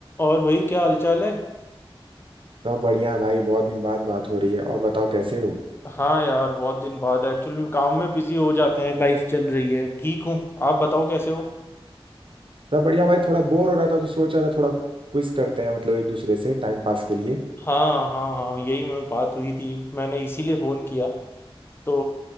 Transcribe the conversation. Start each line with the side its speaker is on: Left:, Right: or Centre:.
Left: और भाई क्या हालचाल है
Right: सब बढ़िया है भाई बहुत दिन बाद बात हो रही है और बताओ कैसे हो
Left: हाँ यार बहुत दिन बाद एक्चुअली काम में बिजी हो जाते हैं लाइफ चल रही है ठीक हूँ आप बताओ कैसे हो
Right: सब बढ़िया भाई थोड़ा बोर हो रहा था तो सोच रहा था थोड़ा क्विज करते हैं मतलब एक दूसरे से टाइम पास के लिए
Left: हाँ हाँ हाँ यही मैं बात हुई थी मैंने इसीलिए फोन किया तो